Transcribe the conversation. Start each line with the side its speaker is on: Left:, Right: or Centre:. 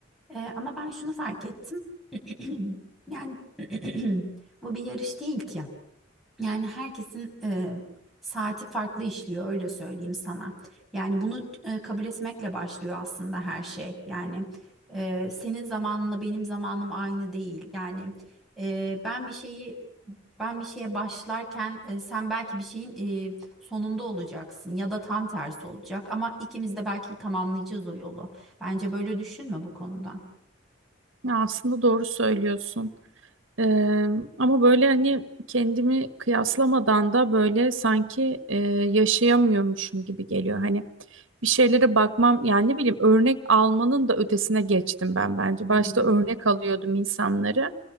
Centre: Ee, ama ben şunu fark ettim. <clears throat> Yani <clears throat> bu bir yarış değil ki. Yani herkesin e, saati farklı işliyor öyle söyleyeyim sana. Yani bunu e, kabul etmekle başlıyor aslında her şey. Yani e, senin zamanınla benim zamanım aynı değil. Yani e, ben bir şeyi ben bir şeye başlarken e, sen belki bir şeyin e, sonunda olacaksın ya da tam tersi olacak ama ikimiz de belki tamamlayacağız o yolu. Bence böyle düşünme bu konuda.
Right: Ya aslında doğru söylüyorsun. Eee, ama böyle hani kendimi kıyaslamadan da böyle sanki eee, yaşayamıyormuşum gibi geliyor. Hani bir şeylere bakmam yani ne bileyim örnek almanın da ötesine geçtim ben bence.
Centre: Anladım.
Right: Başta örnek alıyordum insanları.